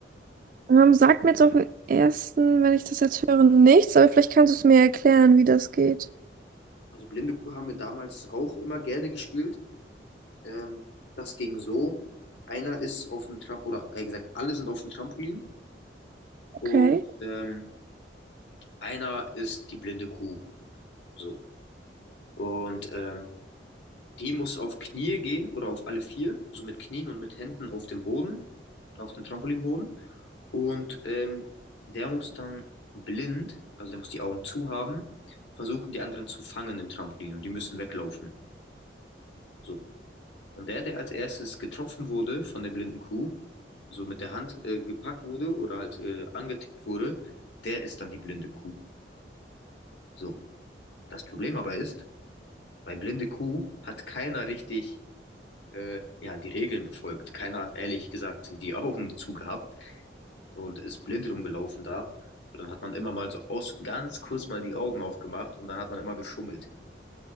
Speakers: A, on the right; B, on the left.
A: Ähm, sagt mir jetzt auf den ersten, wenn ich das jetzt höre, nichts, aber vielleicht kannst du es mir erklären, wie das geht.
B: Also Blinde Kuh haben wir damals auch immer gerne gespielt. Ähm, das ging so. Einer ist auf dem Trampolin, oder eher gesagt, alle sind auf dem Trampolin und
A: Okay.
B: ähm, einer ist die blinde Kuh. So. Und ähm, die muss auf Knie gehen oder auf alle vier, so mit Knien und mit Händen auf dem Boden, auf dem Trampolinboden. Und ähm, der muss dann blind, also der muss die Augen zu haben, versuchen, die anderen zu fangen im Trampolin und die müssen weglaufen. So. Und der, der als erstes getroffen wurde von der blinden Kuh, so mit der Hand äh, gepackt wurde oder halt äh, angetippt wurde, der ist dann die blinde Kuh. So, das Problem aber ist, bei blinde Kuh hat keiner richtig äh, ja, die Regeln befolgt. Keiner hat ehrlich gesagt die Augen zugehabt und ist blind rumgelaufen da. Und dann hat man immer mal so aus, ganz kurz mal die Augen aufgemacht und dann hat man immer geschummelt.